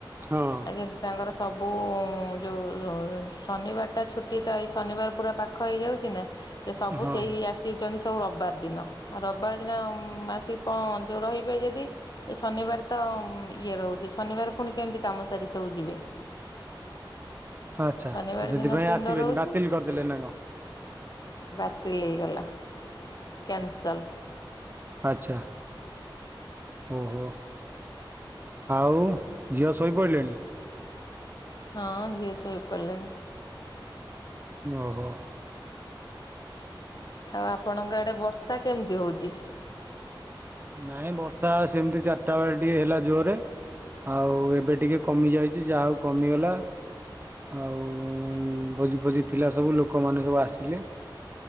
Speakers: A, on the right; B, on the left.
A: ହଁ
B: ଆଗେ ତାଙ୍କର ସବୁ ଯୋଉ ଶନିବାରଟା ଛୁଟି ତ ଏଇ ଶନିବାର ପୁରା ପାଖ ଖ ହେଇଯାଉଛି ନା। ସେ ସବୁ
A: ହଁ
B: ସେଇ ଆସିଛନ୍ତି ସବୁ ରବିବାର ଦିନ ରବିବାର ଦିନ ଆସିକି ପହ ତ ରହିବେ ଯଦି ଏ ଶନିବାର ତ ମ ଇଏ ରହୁଛି ଶନିବାର ପୁଣି କେମିତି କାମ ସାରି ସବୁ ଯିବେ।
A: ଆଚ୍ଛା
B: ଶନିବାର
A: ଆ ସେଥିପାଇଁ
B: ଦିନ ପିଣ୍ଡ
A: ଆସିବେନି
B: ରହୁଛି
A: ବାତିଲ କରିଦେଲେ ନା କଣ?
B: ବାତିଲ ହେଇଗଲା କ୍ୟାନସଲ୍।
A: ଆଚ୍ଛା ଓହୋ ଆଉ ଝିଅ ଶୋଇପଇଲେଣି?
B: ହଁ ଝିଅ ଶୋଇପଇଲେଣି।
A: ଓହୋ!
B: ଆଉ ଆପଣଙ୍କ ଆଡ଼େ ବର୍ଷା କେମିତି ହଉଛି?
A: ନାଇଁ ବର୍ଷା ସେମିତି ଚାରିଟା ବେଳେ ଟିକେ ହେଲା ଜୋରେ ଆଉ ଏବେ ଟିକେ କମି ଯାଇଛି ଯାହା ହଉ କମିଗଲା। ଆଉ ଭୋଜି ଫୋଜି ଥିଲା ସବୁ ଲୋକମାନେ ସବୁ ଆସିଲେ।